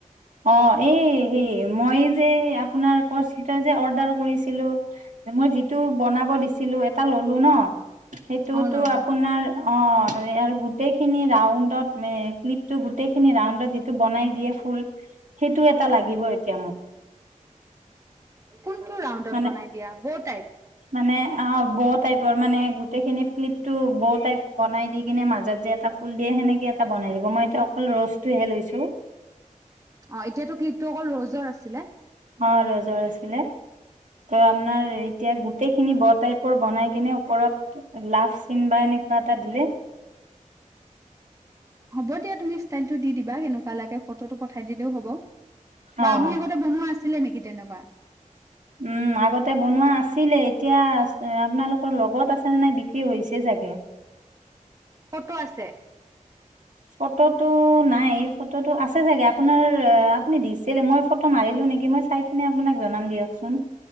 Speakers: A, on the right (about 65°); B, on the right (about 25°).
A: অ এই হে মই যে আপোনাৰ ক ভিতৰত যে অৰ্ডাৰ কৰিছিলো মই যিটো বনাব দিছিলো এটা ললো ন সেইটোতো
B: অ ললা
A: আপোনাৰ অ আৰু গোটেইখিনি ৰাউণ্ডত ক্লিপটো গোটেইখিনি ৰাউণ্ডত যিটো বনাই দিয়ে ফুল সেইটো এটা লাগিব এতিয়া মোক
B: কোনটো ৰাউডত
A: মানে
B: বনাই দিয়া বৌ টাইপ
A: মানে অ বহত টাইপৰ মানে গোটেইখিনি কিলিপ টো বৌ টাইপ বনাই দি কিনে মাজত যে এটা ফুল দিয়ে সেনেকে এটা বনাই দিব মই এতিয়া অকল ৰছটোহে লৈছো
B: অ এতিয়াতো ক্লিপটো অকল ৰজৰ আছিলে
A: অ ৰজৰ আছিলে ত আপোনাৰ এতিয়া গোটেইখিনি ব টাইপৰ বনাই কিনে ওপৰত লাফ চিন বা এনেকুৱা এটা দিলে
B: হ'ব দিয়া তুমি ষ্টাইলটো দি দিবা কেনেকুৱা লাগে ফটো পঠাই দিলেও হ'ব বা
A: অ'
B: আমি আগতে বনোৱা আছে ছিলে নেকি তেনেকুৱা
A: উম আগতে বনোৱা আছিলে এতিয়া আপোনালোকৰ লগত আছেনে নাই বিক্ৰী হৈছে চাগে
B: ফটো আছে
A: ফটোটো নাই ফটোটো আছে চাগে আপোনাৰ আপুনি দিছিলে মই ফটো মাৰিলো নেকি মই চাই কিনে আপোনাক জনাম দিয়কচোন